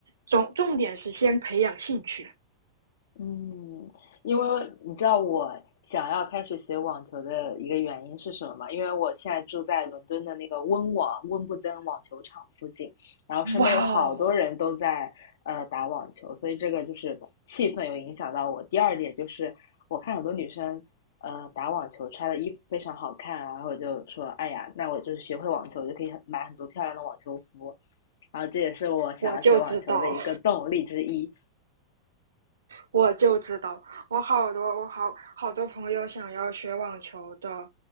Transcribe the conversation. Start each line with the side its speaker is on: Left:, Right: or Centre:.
Right: 重重点是先培养兴趣。
Left: 嗯，因为你知道我想要开始学网球的一个原因是什么吗？因为我现在住在伦敦的那个温网温布登网球场附近，然后身边有好多人都在呃打网球，
Right: 哇哦，
Left: 所以这个就是气氛有影响到我。第二点就是我看很多女生呃打网球穿的衣服非常好看啊，然后我就说，哎呀，那我就是学会网球，我就可以很买很多漂亮的网球服，然后这也是我想要学网球的一个动力之一。
Right: 我就知道，我就知道，我好多我好好多朋友想要学网球的，